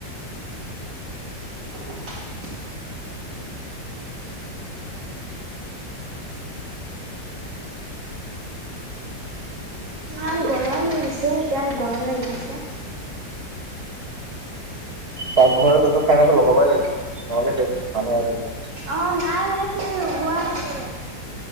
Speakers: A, on the right (about 50°); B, on the right (about 35°).
A: <inaudible> ইমান গৰম দিছে, এতিয়াও গৰম লাগি আছে।
B: পাকঘৰ এটাতো ফেন এটা লগাবাই লাগিছিল, নহ'লেই শেষ মানুহ আজিকালি।
A: অ, নাই মানে ফেন লগোৱা আছে।